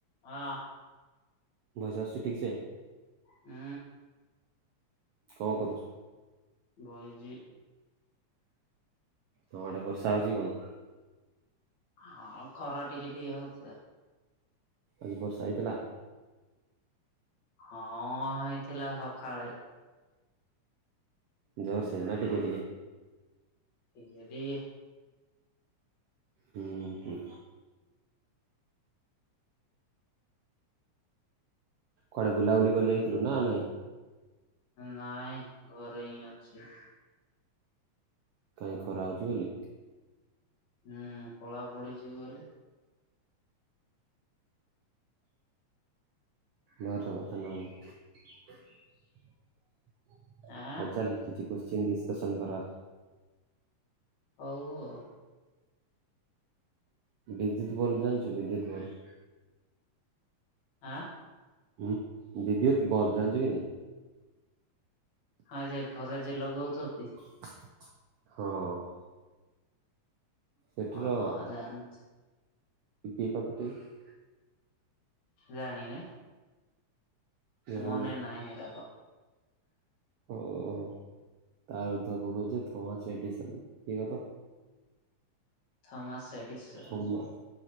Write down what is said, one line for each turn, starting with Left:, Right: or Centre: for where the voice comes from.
Left: ହଁ।
Right: ଭଏସ୍ ଆସୁଛି ଠିକସେ?
Left: ହୁଁ
Right: କଣ କରୁଚୁ?
Left: ବଇଚି।
Right: ତମ ଆଡେ ବର୍ଷା ହଉଛି କଣ?
Left: ହଁ ଖରା ଟିକେ ଟିକେ ହଉଚି ଆଉ।
Right: ଆଜି ବର୍ଷା ହେଇଥିଲା?
Left: ହଁ ହେଇଥିଲା ସକାଳେ।
Right: ଜୋର ସେ, ନା ଟିକେ ଟିକେ?
Left: ଟିକେ ଟିକେ।
Right: ହୁଁ ଉଁ ହୁଁ କୁଆଡେ ବୁଲାବୁଲି କରି ଯାଇଥିଲୁ? ନା ନାଇଁ?
Left: ନାଇଁ, ଘରେ ହିଁ ଅଛି।
Right: କାଇଁ ଖରା ହଉଚି ବୋଲି?
Left: ହୁଁ, କଳା ପଡିଯିବି ଗଲେ।
Right: ଭଲକଥା <unintelligible> ଆଉ
Left: ଆଁ
Right: ଚାଲ୍ <unintelligible> କୋଶ୍ଚିନ୍ ଡିସ୍କସନ୍ କରିବା।
Left: ହଉ ଆଉ।
Right: ବିଦ୍ୟୁତ୍ ବଲ ଜାଣିଚୁ, ବିଦ୍ୟୁତ୍ ବଲ?
Left: ଆଁ
Right: ହୁଁ, ବିଦ୍ୟୁତ ବଲ୍ ଜାଣିଛୁ କି ନାଇଁ?
Left: ହଁ ଯେ ଘରେ ଯେ ଲଗଉଚନ୍ତି?
Right: ହଁ। ସେଠିର
Left: ହ ଅ ଜାଣି
Right: <unintelligible>
Left: ଜାଣିିନ?
Right: ଜାଣିନ
Left: ମନେ ନାହିଁ ହେରକ୍।
Right: ଓ ହୋ। ତାର ଅଧ୍ୟ ପକହୁଛି ଥମାସ ଏଡିସନ <unintelligible>
Left: ଥମାସ୍ ସେଡ଼ିସନ୍
Right: ଥମା